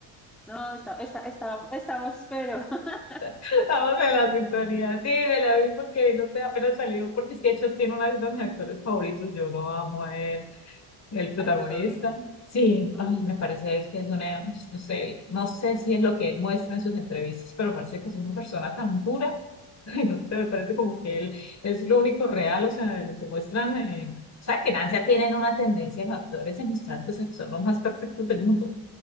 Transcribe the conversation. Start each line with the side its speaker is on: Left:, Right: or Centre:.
Centre: No, está, está, está, estamos, pero <laughs>
Left: <laughs> Estamos en la sintonía. Sí, me la vi porque no sé, apenas salió, porque es que de hecho tiene uno de mis actores favoritos. Yo lo amo a él. El protagonista.
Centre: al protagonista.
Left: Sí,
Centre: Mm,
Left: ay, me parece es que es una, no sé, no sé si es lo que él muestra en sus entrevistas, pero parece que es una persona tan pura. <laughs> Ay, no sé, me parece como que él es lo único real, o sea, de lo que muestran. eh, o sea, que en Asia tienen una tendencia los actores en mostrar pues, que son los más perfectos del mundo,